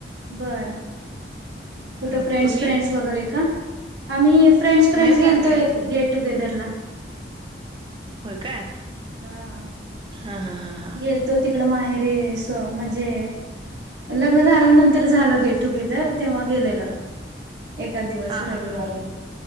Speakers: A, on the right (about 70°); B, on the right (about 25°).
A: बरं. कुठं
B: हम्म
A: फ्रेंड्स
B: तुम्ही
A: फ्रेंड्स वगैरें कां आम्हीं फ्रेंड्स फ्रेंडसेलोय
B: नाही फॅमिलीच हो
A: गेटं टुंगेदरला.
B: हो कायं
A: हां
B: हां हां हां
A: त्यांचं तिकडं माहेरे आहे म्हणजे. लग्नं झाल्यानंतर झालेल गेट टुंगेदर तेंव्हा गेलेलं. एकां दिवसं
B: हा
A: रविवारी
B: हा हा